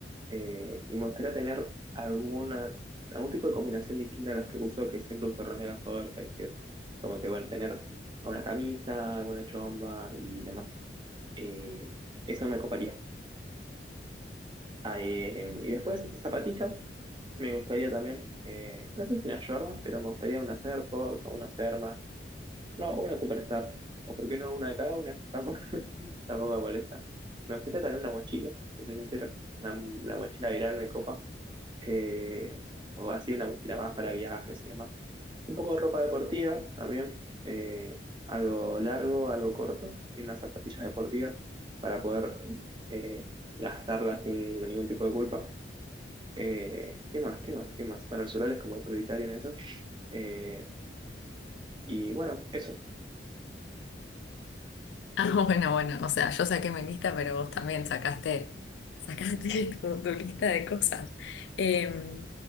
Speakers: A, on the right (about 25°); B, on the left (about 80°).
A: eh, y me gustaría tener alguna, algún tipo de combinación distinta a las que uso, que siempre uso remeras oversize, que es como que, bueno, tener una camisa, alguna chomba y demás. Eh, eso me coparía. Ah, eh, y después zapatillas, me gustaría también, eh, no sé si una Jordan, pero me gustaría una Air Force o una Serma. No, una Superstar. O por qué no una de cada una. <laughs> Tampoco, tampoco me molesta. Me gustaría tener una mochila, si soy sincero. Una, la mochila viral me copa. eh, o así una mochila más para viajes y demás. Un poco de ropa deportiva también. eh, algo largo, algo corto. Y unas zapatillas deportivas para poder eh, gastarlas sin ningún tipo de culpa. Eh, ¿qué más? ¿Qué más? ¿Qué más? Bueno, el solar es como el prioritario en eso. Eh, y bueno, eso.
B: Ah, <laughs> bueno, bueno, o sea, yo saqué mi lista, pero vos también sacaste, sacaste <laughs> tu, tu lista de cosas. Eh,